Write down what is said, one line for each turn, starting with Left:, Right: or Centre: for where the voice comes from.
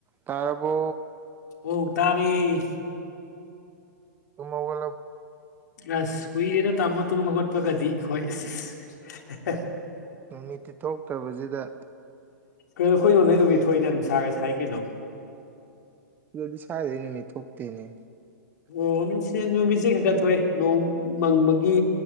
Right: ꯇꯥꯔꯕꯣ
Left: ꯑꯣ ꯇꯥꯔꯦ
Right: ꯇꯨꯝ ꯍꯧꯒꯠ
Left: ꯑꯁ ꯀꯨꯏꯔꯦꯗꯦ ꯇꯥꯃꯣ ꯇꯨꯝ ꯍꯧꯒꯠꯄꯒꯗꯤ ꯑꯩꯈꯣꯢ ꯏꯁ ꯏꯁ‌
Right: ꯅꯨꯃꯤꯠꯇꯤ ꯊꯣꯛꯇꯕꯖꯤꯗ
Left: ꯀꯩꯅꯣ ꯈꯣꯏꯔꯣꯝꯗꯗꯤ ꯅꯨꯃꯤꯠ ꯊꯣꯛꯏꯅ ꯅꯨꯡꯁꯥꯒ ꯁꯥꯏ ꯀꯩꯅꯣ
Right: ꯑꯗꯨꯗꯤ ꯁ꯭ꯋꯥꯏꯗꯗꯤ ꯅꯨꯃꯤꯠ ꯊꯣꯛꯇꯦꯅꯦ
Left: ꯑꯣ ꯅꯨꯡꯁꯤ ꯅꯨꯃꯤꯠꯁꯦ ꯈꯔ ꯈꯔ ꯊꯣꯛꯑꯦ ꯅꯣꯡ ꯃꯪꯕꯒꯤ